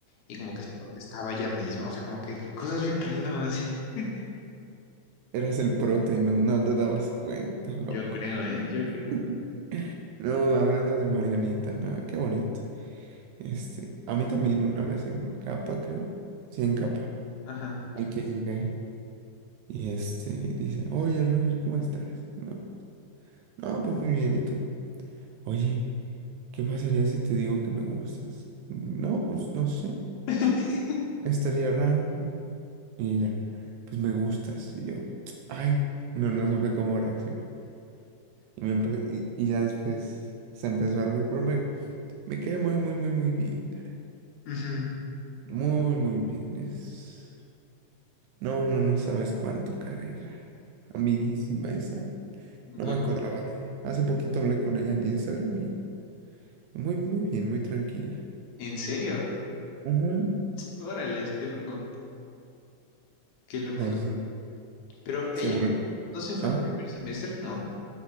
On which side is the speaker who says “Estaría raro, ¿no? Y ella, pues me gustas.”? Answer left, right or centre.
Right